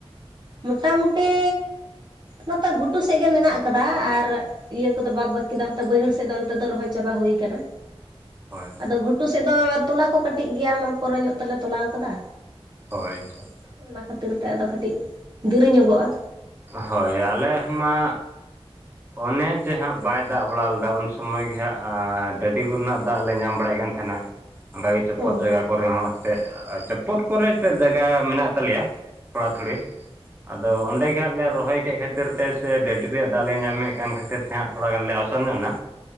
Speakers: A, on the right (about 45°); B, on the right (about 20°).
A: ᱢᱚᱴᱟᱢᱩᱴᱤ ᱱᱚᱛᱮ ᱜᱷᱩᱴᱩ ᱥᱮᱫ ᱜᱮ ᱢᱮᱱᱟᱜ ᱟᱠᱟᱫᱟ ᱟᱨ ᱤᱭᱟᱹ ᱠᱚᱫᱚ ᱵᱟᱫᱽ ᱵᱟᱹᱠᱤ ᱫᱚ ᱟᱛᱚᱜ ᱵᱟᱹᱭᱦᱟᱹᱲ ᱥᱮᱫ ᱫᱚ ᱚᱱᱛᱮ ᱫᱚ ᱨᱚᱦᱚᱭ ᱪᱟᱵᱟ ᱦᱩᱭ ᱠᱟᱱᱟ
B: ᱦᱳᱭ ᱦᱳᱭ
A: ᱟᱫᱚ ᱜᱷᱩᱴᱩ ᱥᱮᱫ ᱫᱚ ᱛᱚᱞᱟ ᱠᱚ ᱠᱟᱹᱴᱤᱡ ᱜᱮᱭᱟ ᱢᱚ ᱯᱚᱨᱮ ᱧᱚᱜ ᱛᱮᱞᱮ ᱛᱚᱞᱟᱣ ᱠᱟᱫᱟ᱾
B: ᱦᱳᱭ ᱟᱪᱷᱟ ᱟᱪᱷᱟ
A: ᱚᱱᱟ ᱠᱷᱟᱹᱛᱤᱨ ᱛᱮ ᱟᱫᱚ ᱠᱟᱹᱴᱤᱡ ᱫᱤᱨᱤ ᱧᱚᱜᱚᱜᱼᱟ
B: ᱦᱳᱭ ᱟᱞᱮ ᱦᱚᱸᱢᱟ ᱚᱱᱮ ᱡᱮ ᱦᱟᱸᱜ ᱵᱟᱭ ᱫᱟᱜ ᱵᱟᱲᱟ ᱞᱮᱫᱟ ᱩᱱ ᱥᱚ ᱥᱚᱢᱚᱭ ᱜᱮ ᱦᱟᱸᱜ ᱟ ᱰᱟᱹᱰᱤ ᱠᱚᱨᱮᱱᱟᱜ ᱫᱟᱜ ᱞᱮ ᱧᱟᱢ ᱵᱟᱲᱟᱭᱮᱫ ᱠᱟᱱ ᱛᱟᱦᱮᱱᱟ ᱚᱝᱠᱟ ᱜᱮ ᱪᱚᱯᱚᱫ
A: ᱚ
B: ᱡᱟᱭᱜᱟ ᱠᱚ ᱠᱚᱨᱮ ᱦᱚᱸ ᱮᱛᱮᱜ ᱪᱚᱯᱚᱫ ᱠᱚᱨᱮ ᱮᱛᱮᱜ ᱡᱟᱭᱜᱟ ᱢᱮᱱᱟᱜ ᱛᱟᱞᱮᱭᱟ ᱛᱷᱚᱲᱟ ᱛᱷᱩᱲᱤ ᱟᱫᱚ ᱚᱸᱰᱮ ᱜᱮ ᱦᱟᱸᱜ ᱞᱮ ᱨᱚᱦᱚᱭ ᱠᱮᱜ ᱠᱷᱟᱹᱛᱤᱨ ᱛᱮ ᱥᱮ ᱰᱟᱹᱰᱤ ᱨᱮᱭᱟᱜ ᱫᱟᱜ ᱞᱮ ᱧᱟᱢ ᱮᱱᱮ ᱮᱠᱟᱱ ᱠᱷᱟᱹᱛᱤᱨ ᱛᱮ ᱦᱟᱸᱜ ᱛᱷᱚᱲᱟ ᱜᱟᱱ ᱞᱮ ᱟᱣᱥᱟᱱ ᱧᱚᱜ ᱮᱱᱟ